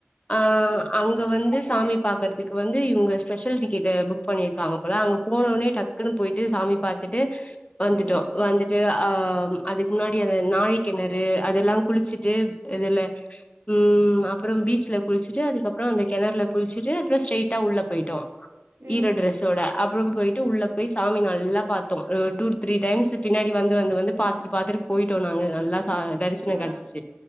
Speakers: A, on the left; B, on the right.
A: ஆ அங்க வந்து சாமி பாக்குறதுக்கு வந்து இவுங்க ஸ்பெஷல் டிக்கெட்டு புக் பண்ணியிருக்காங்க போல அங்க போன ஒடனே டக்குன்னு போயிட்டு சாமி பாத்துட்டு வந்துட்டோ
B: ம்
A: வந்துட்டு ஆ அதுக்கு முன்னாடி அந்த நாழி கிணறு அதெல்லா குளிச்சுட்டு இதுல ம் அப்புறம் பீச்ல குளிச்சுட்டு அதுக்கப்புற அந்த கிணறு ல குளிச்சுட்டு அப்புற ஸ்ட்ரைட் ஆ உள்ள போயிட்டோ
B: ம்
A: ஈர
B: ம்
A: டிரஸ் தோட அப்றம் போயிட்டு உள்ள போய் சாமி நல்லா பாத்து தோ ஒரு டூ த்ரீ டைம்ஸ் பின்னாடி வந்து வந்து வந்து பாத்துட்டு பாத்துட்டு போயிட்டோ நாங்க நல்லா சா தரிசன
B: ஆ
A: கெடசுச்சு